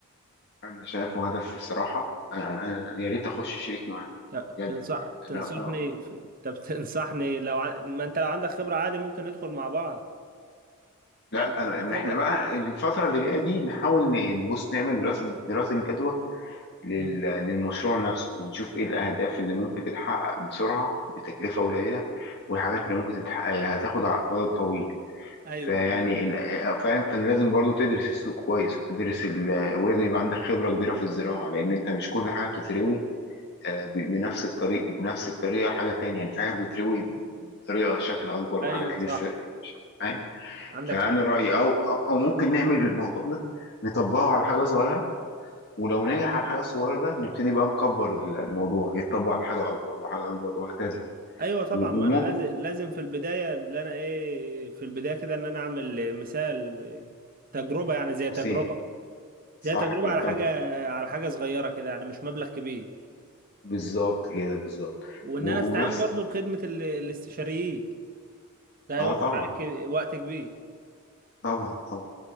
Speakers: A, on the left (about 50°); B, on the right (about 40°).
A: أنا شايفه هدف بصراحة أنا أنا يا ريت أخش شريك معاه
B: طب
A: بجد
B: تنصح تنصحني
A: أنا آه،
B: في... طب تنصحني لو ع... ما انت لو عندك خبرة عادي ممكن ندخل مع بعض
A: لا
B: يعني
A: آه،
B: لو في
A: احنا
B: خبرة
A: بقى الفترة اللي جاية دي نحاول ن- نبص نعمل دراسة دراسة جدوى لل-
B: مم.
A: للمشروع نفسه ونشوف ايه الأهداف اللي ممكن تتحقق بسرعة بتكلفة قليلة والحاجات اللي ممكن تتحقق هتاخد على المدى الطويل
B: ايوه
A: فيعني
B: ايوه
A: ال- آه، فاهم فانا لازم برضو تدرس السوق كويس وتدرس ال... ولازم يبقى عندك خبرة كبيرة في الزراعة لأن أنت مش كل حاجة بتتروي آه، ب- بنفس الطريق بنفس الطريقة حاجة تانية يعني في حاجة بتتروي بطريقة شكل أكبر وحاجات
B: ايوه صح
A: لسه فاهم
B: عندك
A: فانا
B: حق
A: رايي او او ممكن نعمل الموضوع ده نطبقه على حاجه صغيره ولو نجح على الحاجه الصغيره ده نبتدي بقى نكبر ال- الموضوع يتطبق على حاجه اكبر وحاجه اكبر وهكذا
B: ايوه طبعا
A: و-
B: ما
A: وممكن
B: انا لازم لازم في البداية اللي انا ايه في البداية كده ان انا اعمل مثال ب- تجربة يعني زي
A: بصين
B: تجربة
A: صح
B: زي تجربة
A: كده
B: على
A: طب
B: حاجة على حاجة صغيرة كده يعني مش مبلغ كبير
A: بالظبط كده بالظبط
B: وان
A: و-
B: انا استعين
A: ونفس
B: برضو بخدمه ال- الاستشاريين ده
A: اه
B: هيوفر
A: طبعا
B: عليك ك- وقت كبير
A: طبعا طبعا